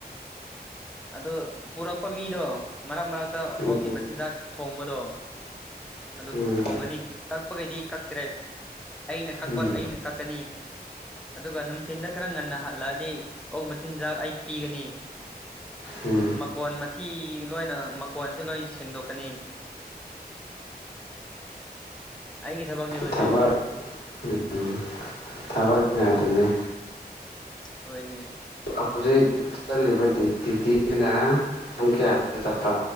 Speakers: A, in the centre; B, on the left.
A: ꯑꯗꯨ ꯄꯨꯔꯛꯄ ꯃꯤꯗꯣ ꯃꯔꯛ ꯃꯔꯛꯇ
B: ꯎꯝ
A: ꯑꯣꯛꯀꯤ ꯃꯆꯤꯟꯖꯥꯛ ꯊꯣꯡꯕꯗꯣ ꯑꯗꯨ
B: ꯎꯝ
A: ꯊꯣꯡꯉꯅꯤ ꯀꯛꯄꯒꯩꯗꯤ ꯀꯛꯇ꯭ꯔꯦ ꯑꯩꯅ ꯀꯛꯄ
B: ꯎꯝ
A: ꯑꯩꯅ ꯀꯛꯀꯅꯤ ꯑꯗꯨꯒ ꯅꯨꯡꯊꯤꯤꯟꯗ ꯈꯔ ꯉꯟꯅ ꯍꯜꯂꯛꯑꯗꯤ ꯑꯣ ꯃꯆꯤꯟꯖꯥꯛ ꯑꯩ ꯄꯤꯒꯅꯤ
B: ꯎꯝ
A: ꯃꯀꯣꯟ ꯃꯊꯤ ꯂꯣꯏꯅ ꯃꯀꯣꯟ ꯁ ꯂꯣꯏ ꯁꯦꯡꯗꯣꯛꯀꯅꯤ ꯑꯩꯒꯤ ꯊꯕꯛꯅꯦꯕꯁꯦ
B: ꯊꯕ ꯎꯝ ꯊꯥꯕ ꯉꯇꯅꯦꯦ
A: ꯍꯣꯏꯅꯦ
B: ꯍꯧꯖꯤꯛ ꯆꯠꯂꯤꯕ ꯗ꯭ꯌꯨꯇꯤꯁꯤꯅ ꯄꯨꯡ ꯀꯌꯥꯗ ꯆꯠꯄ